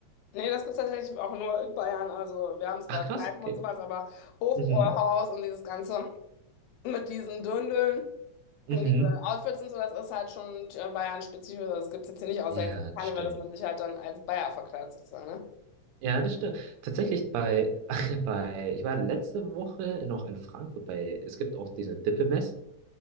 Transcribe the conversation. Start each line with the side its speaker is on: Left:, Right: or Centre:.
Left: Nee, das gibt's tatsächlich auch nur in Bayern. Also wir haben zwar
Right: Ach krass,
Left: Kneipen
Right: okay.
Left: und sowas, aber Hofbräuhaus
Right: Mhm.
Left: und dieses Ganze mit diesen Döndeln
Right: Mhm.
Left: und diese Outfits und so, das ist halt schon äh, Bayern-spezifisch. Also, Das gibt's jetzt hier nicht, außer
Right: Ja,
Left: jetzt auf
Right: das
Left: Karneval,
Right: stimmt.
Left: dass man sich halt dann als Bayer verkleidet sozusagen, ne?
Right: Ja, das stimmt. Tatsächlich bei, <laughs> bei, ich war letzte Woche noch in Frankfurt bei, es gibt auch diese Dippemess.